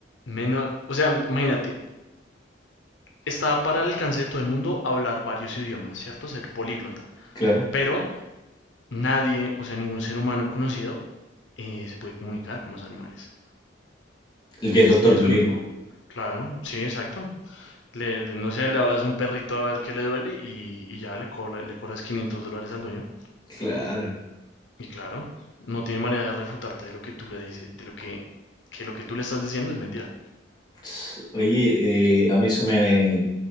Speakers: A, on the left (about 80°); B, on the left (about 20°).
A: Menos, o sea, imagínate, está para el alcance de todo el mundo hablar varios idiomas, ¿cierto? Ser políglota.
B: Claro.
A: Pero nadie, o sea, ningún ser humano conocido eh, se puede comunicar con los animales.
B: El, Y el doctor
A: Serías
B: Dolittle.
A: único. Claro, sí, exacto. Le, le- no sé, le hablas a un perrito a ver qué le duele y, y ya le, cobra- le cobras 500 dólares al dueño.
B: Claro.
A: Y claro, no tiene manera de refutarte de lo que tú le dices, de lo que, que lo que tú le estás diciendo es mentira.
B: Ts, Oye, eh, a mí se me